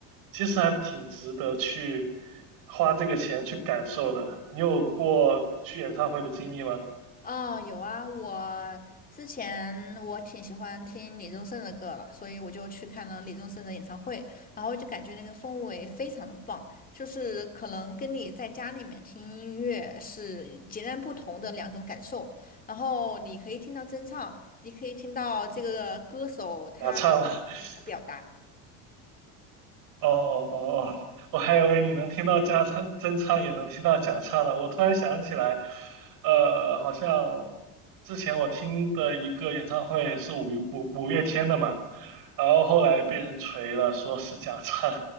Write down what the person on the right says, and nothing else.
其实还挺值得去花这个钱去感受的。你有过去演唱会的经历吗？
假唱了。<laughs>
哦哦哦，我还以为你能听到加唱真唱，也能听到假唱呢。我突然想起来，呃，好像之前我听的一个演唱会是五月五五月天的嘛，然后后来被人锤了，说是假唱。